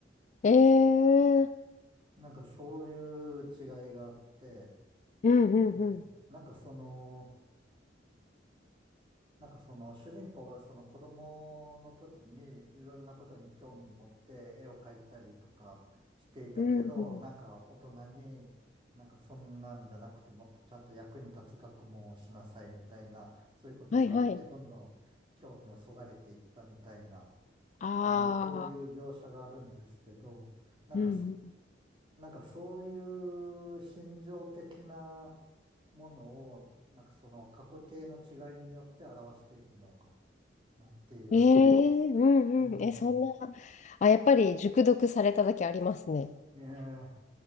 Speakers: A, on the left; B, on the right.
A: ええ。
B: なんかそういう違いがあって、
A: うんうんうん。
B: ね。なんかその、なんかその主人公がその子供の時にいろんなことに興味持って絵を描いたりとかしていたけど、
A: うん。
B: なんか大人になんかそんなんじゃなくてもっとちゃんと役に立つ学問をしなさいみたいな、そういうこと言われてどんどん興味をそがれていったみたいな、
A: はいはい。あ
B: あの、そういう描写があるんですけど、
A: あ。
B: なんかす
A: うんう
B: なんかそういう心情的なものを、なんかその過去形の違いによって表しているのかなっていう。
A: ん。ええうんうん。
B: うん。
A: え、そんな。あ、やっぱり熟読されただけありますね。
B: ええ、